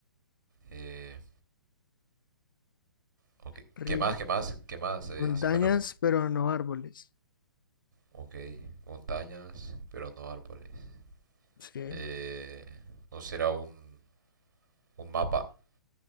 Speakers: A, on the right; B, on the left.
A: Eh, ok.
B: río.
A: ¿Qué más? ¿Qué más? ¿Qué más? Eh,
B: Montañas,
A: si me repet-
B: pero no árboles.
A: Ok. Montañas, pero no árboles.
B: Sí.
A: Eh, no será un, un mapa. <laughs>